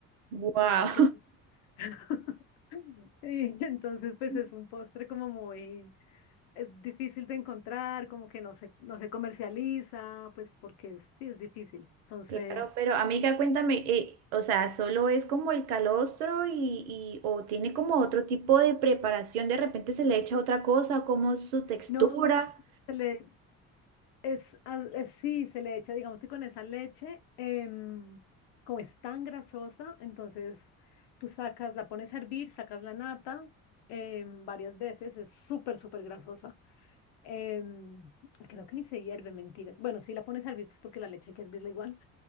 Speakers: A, on the right; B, on the left.
A: Wow.
B: pues porque es- <laughs> y entonces, pues
A: <laughs>
B: es un postre como muy, es difícil de encontrar, como que no se, no se comercializa, pues porque sí es difícil. Entonces,
A: Claro, pero amiga, cuéntame, eh, o sea, ¿solo es como el calostro y, y- o tiene como otro tipo de preparación? De repente se le echa otra cosa, como su textura.
B: no, se le, Es, ah, eh, sí, se le echa, digamos que con esa leche, em, como es tan grasosa, entonces tú sacas, la pones a hervir, sacas la nata em, varias veces, es súper, súper grasosa. Em, creo que ni se hierve, mentiras. Bueno, sí, la pones a hervir pues, porque la leche hay que hervirla igual.